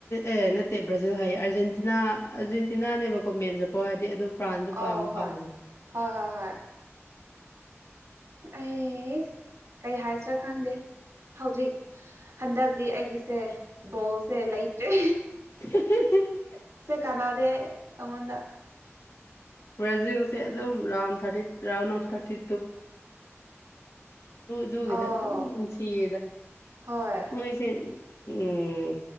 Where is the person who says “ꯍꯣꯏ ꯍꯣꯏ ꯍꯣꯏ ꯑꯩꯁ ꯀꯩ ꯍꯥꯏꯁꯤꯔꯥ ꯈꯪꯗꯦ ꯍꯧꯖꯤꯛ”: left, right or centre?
Right